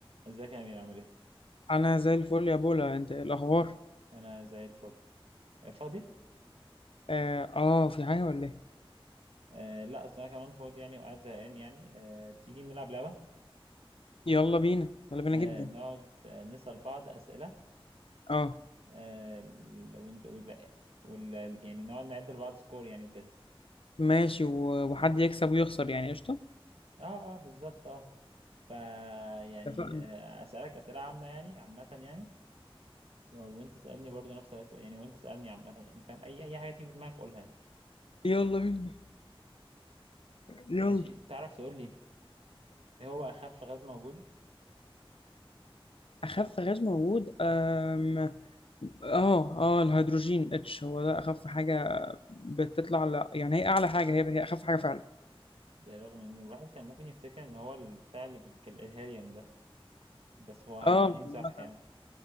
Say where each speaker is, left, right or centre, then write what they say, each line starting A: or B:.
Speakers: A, on the right; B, on the left.
A: ازيك يا امير عامل ايه
B: انا زي الفل يا بولا انت إيه الاخبار
A: انا زي الفل آه، فاضي
B: اه آه، في حاجه ولا ايه
A: آه لا اصل انا كمان فاضي يعني وقاعد زهقان يعني آه تيجي نلعب لعبه
B: يلا بينا يلا بينا
A: آه
B: جدا
A: نقعد آه، نسال بعض اسئله
B: اه
A: آه ون- ولا ولا- يعني نقعد نعد لبعض سكور يعني وكده
B: ماشي و... وحد يكسب ويخسر يعني قشطه
A: اه اه بالظبط اه فا يعني
B: اتفقنا
A: آه اسالك اسئله عامه يعني عامه يعني و- وانت تسالني برضو نفس الاسئله يعني وانت تسالني عامه يعني فاهم اي اي حاجه تيجي في دماغك قولها يعني
B: يلا بينا يلا
A: ماشي تعرف تقول لي ايه هو اخف غاز موجود
B: اخف غاز موجود أم... اه اه الهيدروجين اتش هو ده اخف حاجه بتطلع على يعني هي اعلى حاجه هي هي اخف حاجه فعلا
A: ده رغم ان الواحد كان ممكن يفتكر ان هو البتاع اللي بيتكلم الهيليوم ده بس هو هيدروجين
B: اه مثلا
A: صح يعني